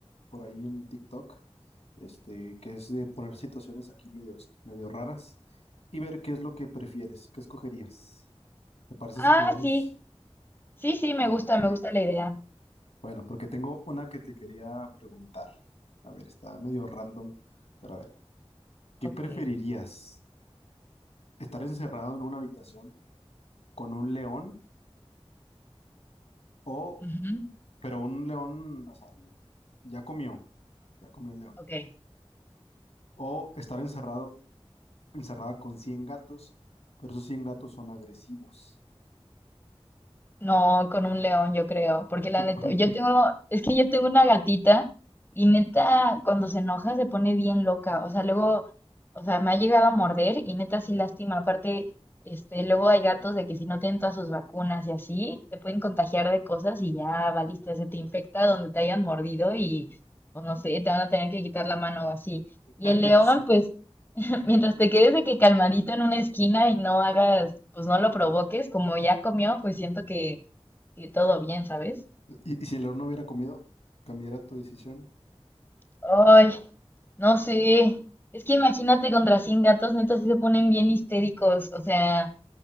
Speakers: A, on the left (about 85°); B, on the left (about 20°).
A: por ahí en TikTok, este, que es de poner situaciones aquí medio, ex- medio raras y ver qué es lo que prefieres, qué escogerías. ¿Te parece
B: Ah,
A: si jugamos?
B: sí, sí, sí, me
A: Ok.
B: gusta, me gusta la idea.
A: Bueno, porque tengo una que te quería preguntar. A ver, está medio random, pero a ver, ¿qué
B: Ok.
A: preferirías? ¿Estar encerrado en una habitación con un león? o
B: Ujú,
A: Pero un león, o sea, ya comió, ya comió el león.
B: Ok.
A: O estar encerrado, encerrada con 100 gatos, pero esos 100 gatos son agresivos.
B: No, con un león, yo creo, porque la
A: <laughs>
B: neta,
A: Con-
B: yo tengo, es que yo tengo una gatita y neta, cuando se enoja se pone bien loca, o sea, luego, o sea, me ha llegado a morder y neta sí lastima, aparte, este, luego hay gatos de que si no tienen todas sus vacunas y así, te pueden contagiar de cosas y ya valiste, se te infecta donde te hayan mordido y, pues no sé, te van a tener que quitar la mano o así. Y
A: <laughs>
B: el león,
A: ya sé.
B: pues, <laughs> Mientras te quedes de que calmadito en una esquina y no hagas, pues no lo provoques, como ya comió, pues siento que, que todo bien, ¿sabes?
A: Y, y si el león no hubiera comido, cambiara tu decisión.
B: Ay, no sé. Es que imagínate contra 100 gatos, neta, sí se ponen bien histéricos. O sea,